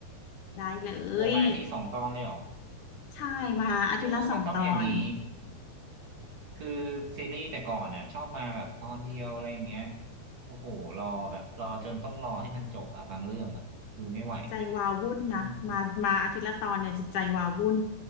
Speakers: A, on the left; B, on the right.
A: ได้เลย
B: โอมาทีสองตอนเลยเหรอ
A: ใช่มาอาทิตย์ละสองตอน
B: เออมันต้องอย่างนี้คือซีรีส์แต่ก่อนอ่ะชอบมาแบบตอนเดียวอะไรอย่างเงี้ยโอ้โหรอแบบรอจนต้องรอให้มันจบอ่ะบางเรื่องอ่ะคือไม่ไหว
A: จิตใจวาวุ่นนะมามาอาทิตย์ละตอนเนี่ยจิตใจวาวุ่น
B: อืม